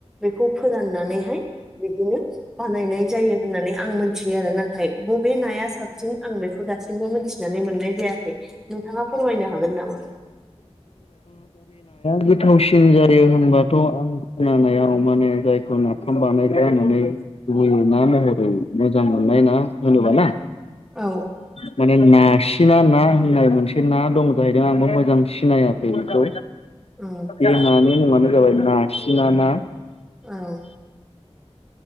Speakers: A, in the centre; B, on the left (about 65°).
A: बेखौ फोराननानैहाय बिदिनो बानायनाय जायो होननानै
B: <inaudible> <inaudible>
A: आं मोनथियो आरो नाथाय बबे नाया साबसिन आं बेखौ दासिमबो मोनथिनानै मोननाय जायाखै नोंथाङा फोरमायनो हागोन नामा?
B: गोथावसिन जायो होनबाथ' आं खोनानायाव माने जायखौ नाफाम बानायग्रा होननानै गुबै ना महरै मोजां मोननाय ना होनोबा ना
A: औ
B: माने ना सिं गिना ना होननाय मोनसे ना दं जाहैदों आंबो मोजां सिनायाखै बेखौ
A: औ
B: बे नानि मुङानो जाबाय नाखिना ना
A: औ